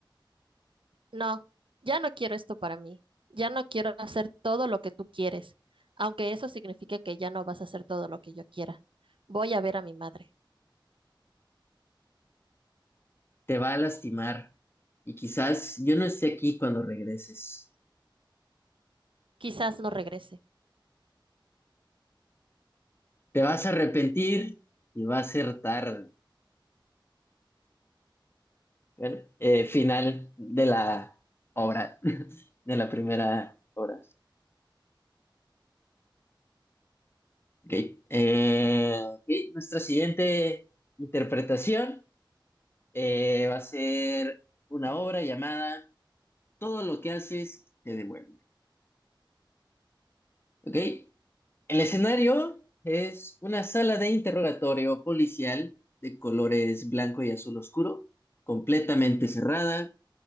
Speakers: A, on the right (about 80°); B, on the left (about 30°).
A: No, ya no quiero esto para mí. Ya no quiero hacer todo lo que tú quieres, aunque eso signifique que ya no vas a hacer todo lo que yo quiera. Voy a ver a mi madre.
B: te va a lastimar y quizás yo no esté aquí cuando regreses.
A: Quizás no regrese.
B: Te vas a arrepentir y va a ser tarde. Bueno, eh, final de la obra, <laughs> de la primera obra. Ok, eh, ok, Nuestra siguiente interpretación eh, va a ser una obra llamada Todo lo que haces te devuelve. ¿Ok? El escenario es una sala de interrogatorio policial de colores blanco y azul oscuro, completamente cerrada,